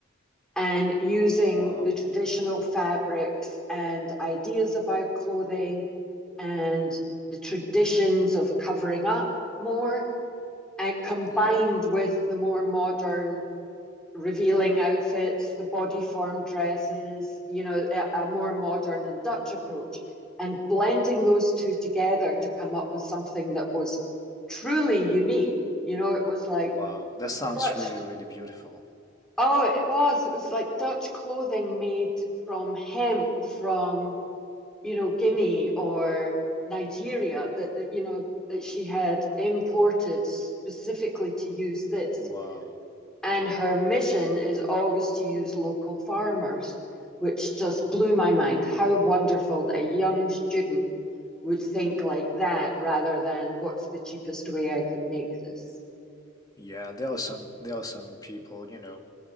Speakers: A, in the centre; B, on the left.
A: and using
B: Wow.
A: the traditional fabrics and ideas about clothing and the traditions of covering up more and combined
B: Yeah.
A: with the more modern revealing outfits, the body form dresses, you know, a, a more modern and Dutch approach, and blending those two together to come up with something that was truly unique. You know, it was like
B: Wow. That sounds
A: Dutch,
B: really, really beautiful.
A: oh, it was, it was like Dutch clothing made from hemp from, you know, Guinea or Nigeria that, that you know, that she had imported specifically to use this,
B: Wow.
A: and
B: Wow.
A: her mission is always to use local farmers, which just blew my mind. How wonderful that a young student would think like that rather than what's the cheapest way I can make this.
B: Yeah, there are some there are some people, you know,